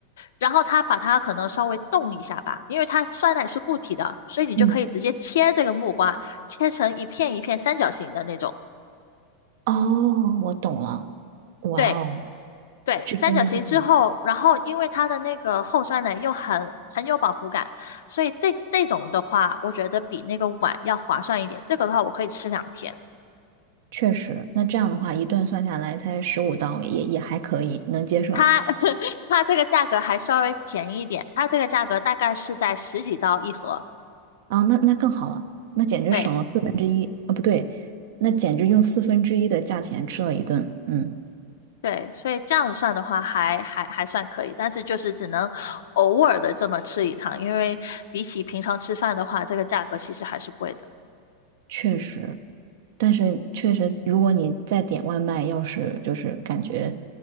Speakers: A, on the left (about 85°); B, on the right (about 70°).
A: 然后它把它可能稍微冻一下吧，因为它酸奶是固体的，所以你就可以直接切这个木瓜，
B: 嗯，
A: 切成一片一片三角形的那种。
B: 哦，我懂了。哇哦，
A: 对，对，
B: 是真的是这样
A: 三角形之后，然后因为它的那个厚酸奶又很很有饱腹感，所以这这种的话，我觉得比那个碗要划算一点。这个的话，我可以吃两天。
B: 确实，那这样的话一顿算下来才十五刀，也也还可以，能接受。
A: 它 <laughs> 它这个价格还稍微便宜一点，它这个价格大概是在十几刀一盒。
B: 啊，那那更好了，那简直省了四分之一啊，
A: 对
B: 不对，那简直用四分之一的价钱吃了一顿，嗯，
A: 对，所以这样子算的话还，还还算可以，但是就是只能偶尔的这么吃一趟，因为比起平常吃饭的话，这个价格其实还是贵的。
B: 确实，但是确实，如果你再点外卖，要是就是感觉